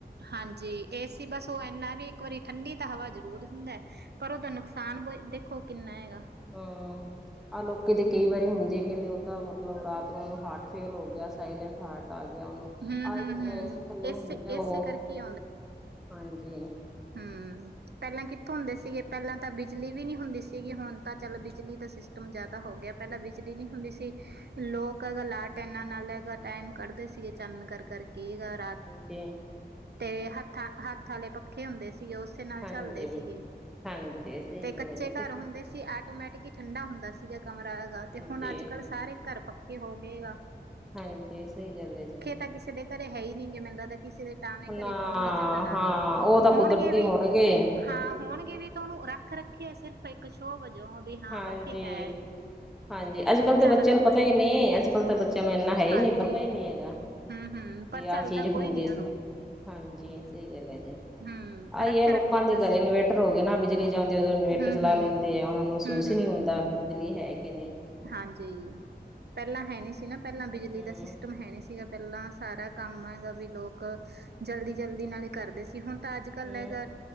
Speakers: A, on the right; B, in the centre.
A: ਹਾਂਜੀ, ਏ ਸੀ ਬਸ ਉਹ ਇਨ੍ਹਾਂ ਵੀ ਇੱਕ ਵਾਰੀ ਠੰਢੀ ਤਾਂ ਹਵਾ ਜ਼ਰੂਰ ਦਿੰਦੈ ਪਰ ਉਹਦਾ ਨੁਕਸਾਨ ਬ ਦੇਖੋ ਕਿੰਨਾ ਹੈਗਾ।
B: ਹਾ ਆਹ ਲੋਕੀ ਤੇ ਕਈ ਵਾਰੀ ਹੁੰਦੀ ਕਹਿੰਦੇ, ਉਹ ਤਾਂ ਮਤਲਬ ਰਾਤ ਨੂੰ ਉਹਨੂੰ ਹਾਰਟ ਫੇਲ ਹੋ ਗਿਆ, ਸਾਇਲੈਂਟ ਹਾਰਟ ਆ ਗਿਆ ਉਹਨੂੰ।
A: ਹੂੰ
B: ਆ ਇਹ
A: ਹੂੰ
B: ਤੇ ਹੁੰਦੈ,
A: ਹੂੰ।
B: ਏ ਸੀ ਥੱਲੇ ਹੁੰਦੈ
A: ਇਸੇ
B: ਓ,
A: ਇਸੇ ਕਰਕੇ
B: ਹਾਂਜੀ।
A: ਹਮ ਪੈਲਾਂ ਕਿੱਥੋਂ ਹੁੰਦੇ ਸੀਗੇ, ਪੈਲਾਂ ਤਾਂ ਬਿਜਲੀ ਵੀ ਨੀ ਹੁੰਦੀ ਸੀਗੀ, ਹੁਣ ਤਾਂ ਚੱਲ ਬਿਜਲੀ ਦਾ ਸਿਸ ਸਟਮ ਜਾਦਾ ਹੋ ਗਿਆ, ਪੈਲਾਂ ਬਿਜਲੀ ਨੀ ਹੁੰਦੀ ਸੀ। ਲੋਕ ਲਾਲਟੈਨਾਂ ਨਾਲ ਟੈਮ ਕੱਢਦੇ ਸੀਗੇ ਚਾਨਣ ਕਰ ਕਰ ਕੇ ਘਰ।
B: ਓਕੇ
A: ਤੇ ਹੱਥਾਂ ਹੱਥ ਆਲੇ ਪੱਖੇ ਹੁੰਦੇ ਸੀਗੇ, ਉਸੇ ਨਾਲ
B: ਹਾਂਜੀ
A: ਝਲਦੇ ਸੀਗੇ।
B: ਹਾਂਜੀ
A: ਤੇ ਕੱਚੇ
B: ਗੱਲ ਹੈ ਜੀ
A: ਘਰ
B: ਤੇ
A: ਹੁੰਦੇ ਸੀ ਆਟੋਮੈਟਿਕ ਹੀ ਠੰਡਾ ਹੁੰਦਾ ਸੀਗਾ ਕਮਰਾ ਹੈਗਾ ਤੇ
B: ਹਾਂਜੀ
A: ਹੁਣ ਅੱਜ ਕੱਲ੍ਹ ਸਾਰੇ ਘਰ ਪੱਕੇ ਹੋਗੇ ਆ।
B: ਹਾਂਜੀ, ਸਹੀ ਗੱਲ ਐਂ ਜੀ।
A: ਤਾਂ ਕਿਸੇ ਦੇ ਘਰੇ ਹੈ ਈ ਨੀ ਗੇ ਮੈੰਨ ਲੱਗਦੈ ਕਿਸੇ ਦੇ ਟਾਵੇਂ
B: ਨਾ
A: ਘਰੇ ਹੋਣਗੇ ਝੱਲਣ ਆਲੇ,
B: ਹਾਂ ਉਹ ਤਾਂ
A: ਹੋਣਗੇ
B: ਕੁਦਰਤੀ
A: ਵੀ
B: ਹੋਣਗੇ
A: ਹਾਂ, ਹੋਣਗੇ ਵੀ ਤਾਂ ਉਹਨੂੰ ਰੱਖ ਰੱਖੇ ਸਿਰਫ ਇੱਕ ਸ਼ੋ ਵਜੋਂ ਵੀ ਹਾਂ
B: ਹਾਂਜੀ
A: ਪੱਖੇ ਹੈ।
B: ਹਾਂਜੀ, ਅੱਜ ਕੱਲ ਦੇ
A: ਚੱਲਦਾ
B: ਬੱਚਿਆਂ
A: ਕੋਈ
B: ਨੂੰ ਪਤਾ ਹੀ ਨੀ। ਅੱਜ ਕੱਲ੍ਹ ਤਾਂ ਬੱਚਿਆਂ ਨੂੰ ਇੰਨਾ ਹੈ ਈ
A: ਹਾਂਜੀ
B: ਨੀ ਪਤਾ ਹੀ ਨੀ ਹੈਗਾ।
A: ਹੂੰ ਹੂੰ ਪਰ
B: ਵੀ ਆਹ
A: ਚੱਲਦਾ
B: ਚੀਜ਼ ਹੁੰਦੀ
A: ਕੋਈ ਨੀ
B: ਸੀ।
A: ਉਹਨੂੰ
B: ਹਾਂਜੀ, ਸਹੀ ਗੱਲ ਐ ਜੀ।
A: ਹੂੰ
B: ਆਈ
A: ਰੱਖੇ
B: ਏ ਲੋਕਾਂ
A: ਰੱਖੇ
B: ਦੇ
A: ਬਸ
B: ਘਰੇ ਇਨਵੇਟਰ ਹੋਗੇ ਨਾ, ਬਿਜਲੀ ਜਾਂਂਦੀ ਉਦੋਂ ਇਨਵੇਟਰ
A: ਹੂੰ
B: ਚਲਾ
A: ਹੂੰ
B: ਲੈਂਦੇ ਐਂ। ਉਹਨਾਂ ਨੂੰ ਮਹਿਸੂਸ
A: ਹੂੰ ਹੂੰ
B: ਈ ਨੀ ਹੁੰਦਾ, ਵੀ ਬਿਜਲੀ ਹੈ ਕਿ ਨਈ।
A: ਹਾਂਜੀ, ਪੈਲਾਂ ਹੈ ਨੀ ਸੀ ਨਾ, ਪੈਲਾਂ ਬਿਜਲੀ
B: ਹਮ
A: ਦਾ ਸਿਸਟਮ ਹੈ ਨੀ ਸੀਗਾ। ਪੈਲਾਂ ਸਾਰਾ ਕੰਮ ਐਗਾ ਵੀ ਲੋਕ ਜਲਦੀ ਜਲਦੀ ਨਾਲ ਈ ਕਰਦੇ ਸੀ। ਕਿ ਹੁਣ ਤਾਂ ਅੱਜ ਕੱਲ ਹੈਗਾ
B: ਹਮ